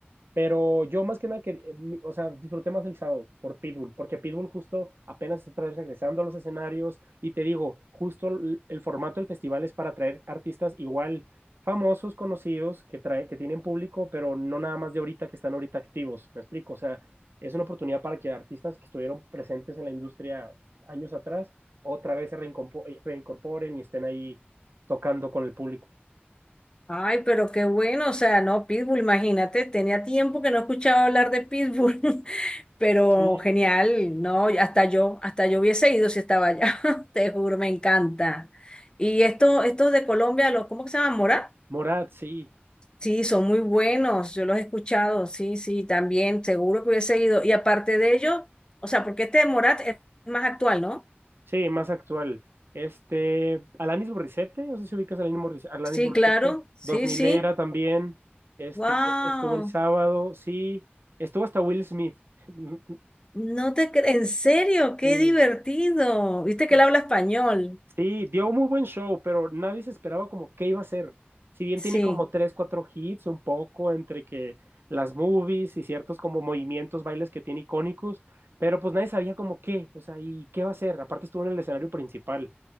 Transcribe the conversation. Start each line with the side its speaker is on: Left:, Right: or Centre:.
Right: Pero yo más que nada, que, eh, mi- o sea, disfruté más el sábado por Pitbull, porque Pitbull justo apenas está otra vez regresando a los escenarios y te digo, justo el, el formato del festival es para traer artistas igual famosos, conocidos, que, trae, que tienen público, pero no nada más de ahorita que están ahorita activos, ¿me explico? O sea, es una oportunidad para que artistas que estuvieron presentes en la industria años atrás otra vez se reincompo- eh, reincorporen y estén ahí tocando con el público.
Left: Ay, pero qué bueno, o sea, no, Pitbull, imagínate, tenía tiempo que no escuchaba hablar de Pitbull, <laughs> pero
Right: Sí,
Left: genial, no, hasta yo, hasta yo hubiese ido si estaba allá, <laughs> te juro, me encanta. Y esto, estos de Colombia, los, ¿cómo que se llaman? Mora?
Right: Morat, sí.
Left: Sí, son muy buenos, yo los he escuchado, sí, sí, también, seguro que hubiese ido. Y aparte de ello, o sea, porque este de Morat es más actual, ¿no?
Right: Sí, más actual. Este, Alanis Morissette, no sé si ubicas a Alanis Morris- Alanis
Left: Sí,
Right: Morissette,
Left: claro, sí,
Right: Dos mil
Left: sí,
Right: era también, este,
Left: wow.
Right: estuvo el sábado, sí, estuvo hasta Will Smith. <laughs>
Left: No te cre- en serio, qué
Right: Sí,
Left: divertido. Viste que
Right: es-
Left: él habla español.
Right: sí, dio un muy buen show, pero nadie se esperaba como qué iba a ser. Si bien
Left: Sí,
Right: tiene como tres, cuatro hits, un poco entre que las movies y ciertos como movimientos, bailes que tiene icónicos, pero pues nadie sabía como qué, o sea, y qué va a ser. Aparte estuvo en el escenario principal.